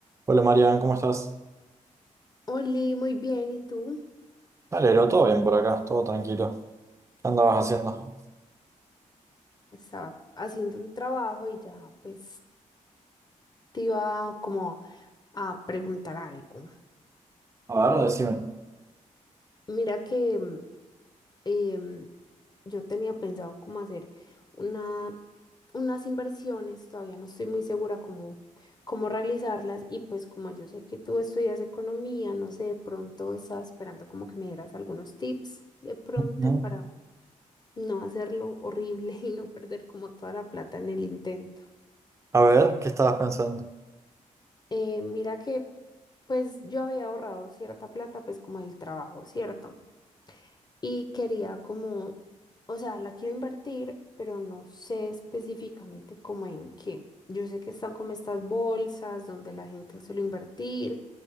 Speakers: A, on the right; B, on the left.
A: Hola Marian, ¿cómo estás?
B: Oli, muy bien, ¿y tú?
A: Me todo bien por acá, todo tranquilo. ¿Qué andabas haciendo?
B: Estaba haciendo un trabajo y ya pues te iba como a preguntar algo.
A: A ver, decime.
B: Mira que mm, em, yo tenía pensado como hacer una, unas inversiones, todavía no estoy muy segura cómo, cómo realizarlas y pues como yo sé que tú estudias economía, no sé, de pronto estaba esperando como que me dieras algunos tips de pronto
A: Ujú.
B: para no hacerlo horrible <laughs> y no perder como toda la plata en el intento.
A: A ver, ¿qué estabas pensando?
B: Eh, mira que pues yo había ahorrado cierta plata pues como del trabajo, ¿cierto? Y quería como, o sea, la quiero invertir, pero no sé específicamente como en qué. Yo sé que están como estas bolsas donde la gente suele invertir,